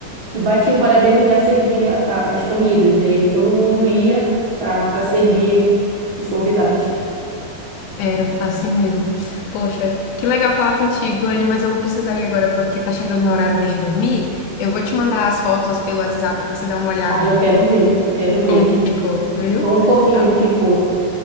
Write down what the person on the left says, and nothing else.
Era, assim mesmo. Poxa, que legal falar contigo, Anne, mas eu vou precisar ir agora porque tá chegando no horário dele dormir. Eu vou te mandar as fotos pelo WhatsApp pra você dar uma olhada
como que ficou, viu?
Tá
bom.